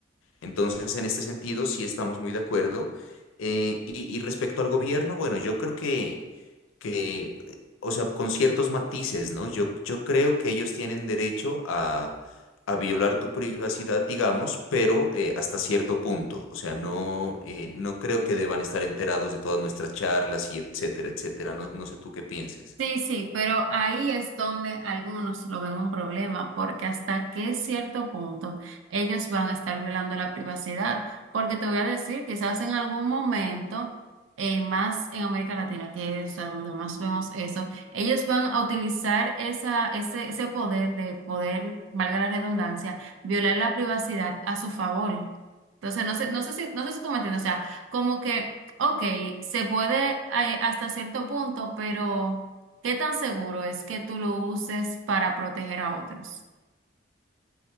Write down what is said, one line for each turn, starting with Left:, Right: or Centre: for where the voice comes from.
Left: Entonces, en este sentido, sí estamos muy de acuerdo. Eh, y, y respecto al gobierno, bueno, yo creo que, que, o sea, con ciertos matices, ¿no? Yo, yo creo que ellos tienen derecho a, a violar tu privacidad, digamos, pero eh, hasta cierto punto. O sea, no, eh, no creo que deban estar enterados de todas nuestras charlas y etcétera, etcétera. No, no sé tú qué pienses.
Right: Sí, sí, pero ahí es donde algunos lo ven un problema, porque hasta qué cierto punto ellos van a estar violando la privacidad. Porque te voy a decir, quizás en algún momento, eh, más en América Latina, que es a donde más vemos eso, ellos van a utilizar esa, ese, ese poder de poder, valga la redundancia, violar la privacidad a su favor. Entonces, no sé, no sé si, no sé si tú me entiendes, o sea, como que, ok, se puede, eh, hasta cierto punto, pero... ¿Qué tan seguro es que tú lo uses para proteger a otros?